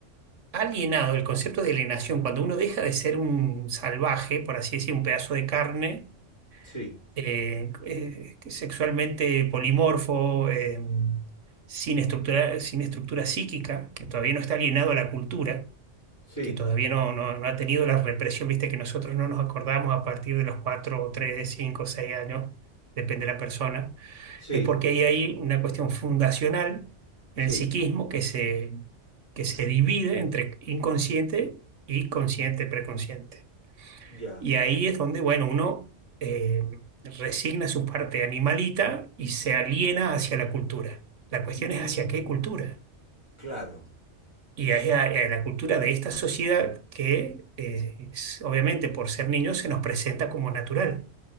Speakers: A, on the right; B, on the left.
A: alienado el concepto de alienación, cuando uno deja de ser un salvaje, por así decir, un pedazo de carne,
B: sí,
A: eh, eh, sexualmente polimorfo, eh, sin estructura, sin estructura psíquica, que todavía no está alienado a la cultura,
B: sí,
A: que todavía no, no- no ha tenido la represión, viste, que nosotros no nos acordamos a partir de los 4, 3, 5, 6 años, depende de la persona
B: sí,
A: es porque ahí hay una cuestión fundacional en
B: sí,
A: el psiquismo que se, que se divide entre inconsciente y consciente, preconsciente.
B: ya.
A: Y ahí es donde, bueno, uno eh, resigna su parte animalita y se aliena hacia la cultura. La cuestión
B: Mm,
A: es hacia qué cultura.
B: claro,
A: Y es a, a la cultura de esta sociedad que, eh, es- obviamente, por ser niños, se nos presenta como natural.